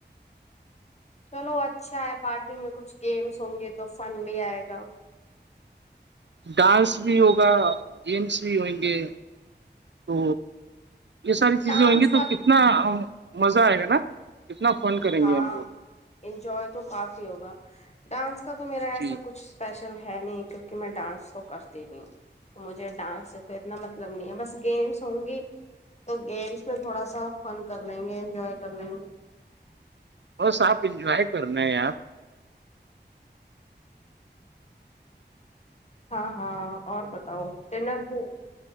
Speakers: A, on the left; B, on the right.
A: چلو اچھا ہے پارٹی میں کچھ گیمس ہوں گے تو فن بھی آئے گا
B: ڈانس بھی ہوگا گیمس بھی ہوئیں گے تو یہ ساری چیزیں
A: ڈانس
B: ہئ گی
A: کا
B: تو کتنا مزہ آئے گا نا کتنا فن کریں
A: ہاں
B: گے ہم لوگ
A: انجوائے تو کافی ہوگا ڈانس کا تو میرا ایسا
B: جی
A: کچھ اسپیشل ہے نہیں کیونکہ میں ڈانس تو کرتی نہیںی ہوں تو مجھے ڈانس سے تو اتنا مطلب نہیں ہے بس گیمس ہوں گی تو گیمس میں تھوڑا سا فن کر لیں گے انجوائے کر لیں گے
B: بس آپ انجوائے کرنا ہیں یپ
A: ہاں ہاں اور بتاؤ ٹلر ہو